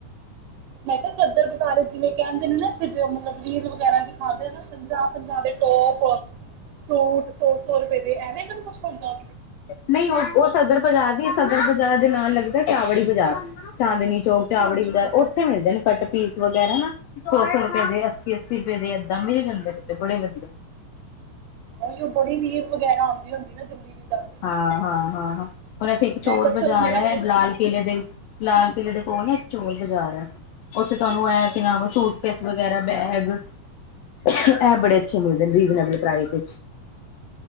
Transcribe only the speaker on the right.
ਮੈਂ ਕਿਹਾ ਸਦਰ ਬਜ਼ਾਰ ਵਿਚ ਕਹਿੰਦੇ ਨੇ ਨਾ ਫਿਰ ਮਤਲਬ ਰੀਲ ਵਗੈਰਾ ਚ ਦਿਖਾਂਦੇ ਨਾ ਪੰਜਾਹ ਪੰਜਾਹ ਦੇ ਟੋਪ ਸੂਟ। ਸੌ ਸੌ ਰੁਪਏ ਦੇ ਐਵੇਂ ਤੈਨ ਕੁਛ ਹੁੰਦਾ।
ਅੱਛਾ
ਹਾਂ
ਉਹੀ ਉਹ ਬੜੀ ਰੀਲ ਵਗੈਰਾ ਆਉਂਦੀ ਹੁੰਦੀ ਨਾ ਦਿੱਲੀ ਦੀ। ਤਾਂ
ਮੈਂ
ਕਿਹਾ
ਚਲ ਮੇਰਾ
ਕੁਛ
ਅੱਛਾ